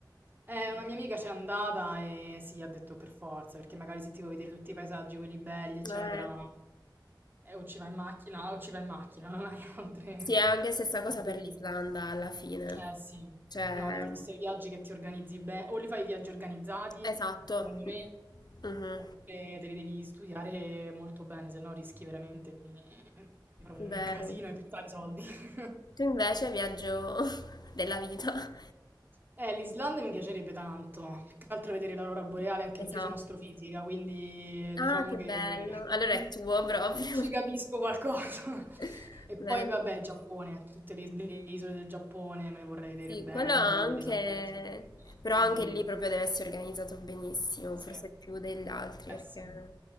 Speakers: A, on the right; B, on the left.
A: Eh, una mia amica c'è andata e sì, ha detto per forza, perché magari se ti vuoi vedere tutti i paesaggi, quelli belli, eccetera,
B: Eh.
A: eh, o ci vai in macchina, o ci vai in macchina, <laughs> non hai altre,
B: Sì, è anche stessa cosa
A: altre
B: per
A: vie.
B: l'Islanda alla fine.
A: Eh sì,
B: Cioè,
A: no, devono essere viaggi che ti organizzi bene, o li fai viaggi organizzati,
B: esatto.
A: secondo me,
B: Mhm,
A: oppure te li devi studiare molto bene, se no rischi veramente di, di fare un
B: Vero.
A: <laughs> casino e buttare soldi. <laughs>
B: Tu invece viaggio <laughs> della vita.
A: Eh, l'Islanda mi piacerebbe tanto, più che altro vedere l'aurora boreale, anche
B: Esatto.
A: perché io sono astrofisica, quindi eh,
B: Ah,
A: diciamo
B: che
A: che
B: bello. Allora
A: <laughs>
B: è tuo proprio.
A: ci capisco qualcosa. <laughs>
B: <laughs>
A: E
B: Bello.
A: poi vabbè, il Giappone, tutte le, le isole del Giappone me le vorrei vedere
B: Sì,
A: bene,
B: quello anche,
A: però quelli sono viaggi impegnativi.
B: però anche lì proprio deve essere organizzato benissimo,
A: Sì,
B: forse
A: eh
B: più degli altri, perché...
A: sì,